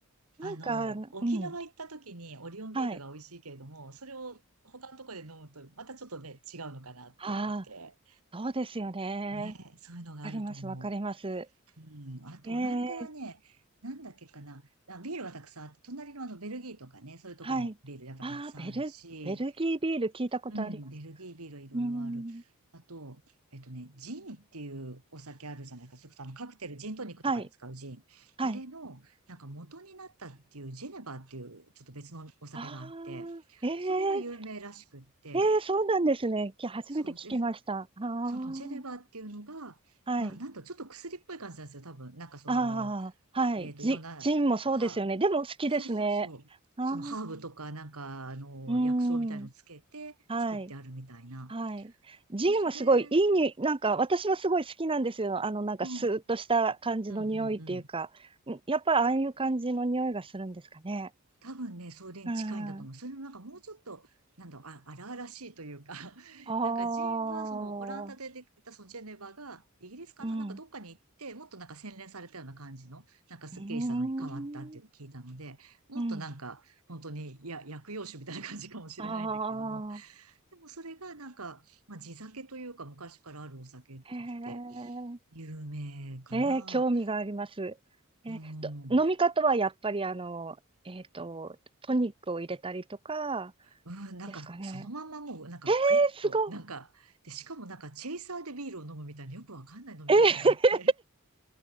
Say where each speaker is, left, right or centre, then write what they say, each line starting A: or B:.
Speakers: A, on the right; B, on the right.
A: なんか、
B: あの、
A: うん、
B: 沖縄行った時にオリオンビールが美味しいけれども、
A: はい。
B: それを他のとこで飲むと、またちょっとね、違うのかなって思って。
A: ああ、そうですよね。
B: ねえ、そういうのがあると思う。
A: わかります、わかります。
B: うん。あと、
A: ええ、
B: オランダはね、なんだっけかな。あビールはたくさんあって、隣のあのベルギーとかね、そういうとこもビールやっぱたくさんあるし、
A: はい。ああ、ベル、ベルギービール聞いたことあります。
B: うん、ベルギービールいろいろある。
A: うん、
B: あと、えっとね、ジンっていうお酒あるじゃないか。それこそあのカクテル、ジントニックとかに使うジン。
A: はい、はい。
B: あれの、なんか元になったっていうジェネバーっていう、ちょっと別のお酒があって、
A: ああ、え
B: それが有名らしくって、
A: え、ええ、そうなんですね。き初めて聞きました。
B: そうで、
A: ああ、
B: そのジェネバーっていうのが、
A: はい。
B: な、なんとちょっと薬っぽい感じなんですよ、多分。なんかその、
A: ああ、はい。
B: えっと、
A: ジ、
B: いろんな、
A: ジンもそうですよね。
B: は、
A: でも好きですね。
B: そうそうそう。
A: ああ、
B: そのハーブとか、なんか、あの、
A: うん。
B: 薬草みたいのつけて作ってあるみたいな。
A: はい。はい。ジンはすごいいいに、
B: で、それ、
A: なんか私はすごい好きなんですよ。あの、なんかスーッとした感じの匂いっていうか。
B: うん、うんうんうん。
A: んやっぱりああいう感じの匂いがするんですかね。
B: 多分ね、それに近いんだと思う。
A: うん。あ
B: それもなんかもうちょっと、なんだろう、あ、荒々しいというか、<laughs>
A: あ、
B: なんかジンはそのオランダでできたそのジェネバがイギリスかななんかどっかに行って、
A: うん。う
B: もっとなんか洗練されたような感じの、なんかスッキリしたのに変わったっていうのを聞いたので、
A: ーん。
B: もっとなんか本当に、
A: うん。
B: いや、薬用酒みたいな感じかもしれないんだけれども、
A: ああ、
B: でもそれがなんか、まあ地酒というか昔からあるお酒って言って、
A: へえ。
B: 有名かな。
A: えー、興味があります。えーと、
B: うん。
A: 飲み方はやっぱりあの、えっと、トニックを入れたりとか
B: うん、なんか、
A: ですかね。
B: そのまんまもう、なんか、
A: えーすごい。
B: クイッと、なんか、で、しかもなんか、チェイサーでビールを飲むみたいな、よくわかんない飲み方があって、
A: えー <laughs> す